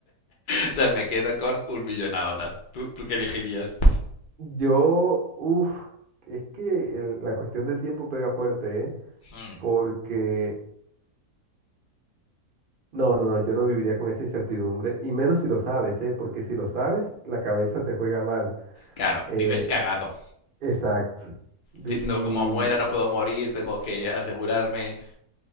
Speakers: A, on the left (about 60°); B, on the right (about 50°).
A: O sea, me quedo con un millón ahora. ¿Tú, tú qué elegirías?
B: Yo, uff, es que el- la cuestión del tiempo pega fuerte, ¿eh?
A: Hmm,
B: Porque, no, no, no, yo no viviría con esa incertidumbre, y menos si lo sabes, ¿eh? Porque si lo sabes, la cabeza te juega mal.
A: claro,
B: Eh,
A: vives cagado.
B: exacto. Vi-
A: Diciendo,
B: Y
A: como muera, no puedo morir, tengo que asegurarme.